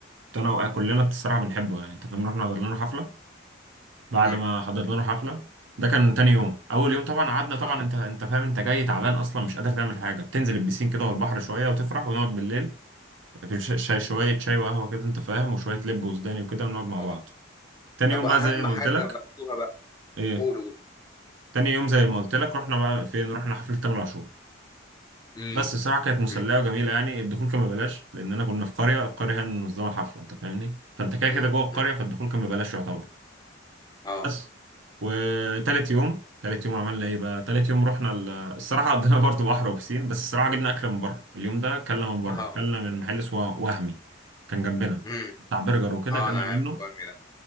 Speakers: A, on the right (about 70°); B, on the left (about 20°).
A: كنت انا وقع كلنا الصراحة بنحبه يعني انت فاهم رحنا حضرنا له حفلة بعد
B: مم،
A: ما حضرنا له حفلة ده كان تاني يوم اول يوم طبعا قعدنا طبعا
B: اه
A: انت انت فاهم انت جاي تعبان اصلا مش قادر تعمل حاجة بتنزل البسين كده والبحر شوية وتفرح ونقعد بالليل في ش- شاي شوية شاي وقهوة كده انت فاهم وشوية لب وسوداني وكده ونقعد مع
B: اه
A: بعض تاني
B: طب
A: يوم
B: اهم
A: بقى زي ما
B: حاجه
A: قلت لك
B: جربتوها بقى
A: ايه
B: قول قول
A: تاني يوم زي ما قلت لك رحنا بقى فين رحنا حفلة تامر عاشور
B: امم
A: بس الصراحه كانت مسليه
B: امم
A: وجميله يعني الدخول كان ببلاش لاننا كنا في قريه القريه هي اللي منظمه الحفله انت فاهمني فانت كده
B: امم
A: كده جوه القريه
B: أمم.
A: فالدخول كان ببلاش يعتبر
B: اه
A: بس وتالت يوم تالت يوم عملنا ايه بقى تالت يوم رحنا ال... <laughs> الصراحه قضينا برضه بحر وبسين بس الصراحه جبنا اكل من بره اليوم ده كلنا من بره
B: اه
A: كلنا من محل اسمه وهمي كان جنبنا
B: امم
A: بتاع برجر وكده
B: اه
A: كلنا
B: انا عارف
A: منه
B: وهمي ده